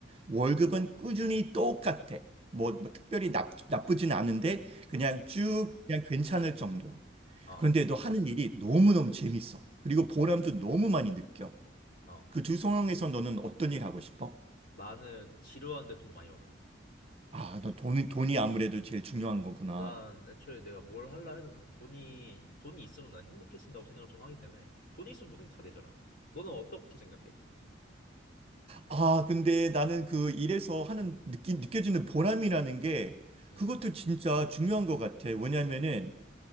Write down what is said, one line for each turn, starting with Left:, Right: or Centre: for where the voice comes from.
Right: 월급은 꾸준히 똑같아. 뭐, 뭐 특별히 나, 나쁘진 않은데 그냥 쭉 그냥 괜찮을 정도.
Left: 어,
Right: 그런데 너 하는 일이 너무너무 재밌어. 그리고 보람도 너무 많이 느껴.
Left: 어.
Right: 그 두 상황에서 너는 어떤 일 하고 싶어?
Left: 나는 지루한데 돈 많이 받는
Right: 아, 너 돈이, 돈이 아무래도 제일 중요한
Left: 어,
Right: 거구나.
Left: 난 애초에 내가 뭘 할라 해도 다 돈이, 돈이 있으면 난 행복해진다고 생각을 좀 하기 때문에 돈이 있으면 모든 게 다 되잖아. 너는 어떻게 생각해?
Right: 아, 근데 나는 그 일에서 하는 느끼, 느껴지는 보람이라는 게
Left: 음,
Right: 그것도 진짜 중요한 것 같아. 왜냐면은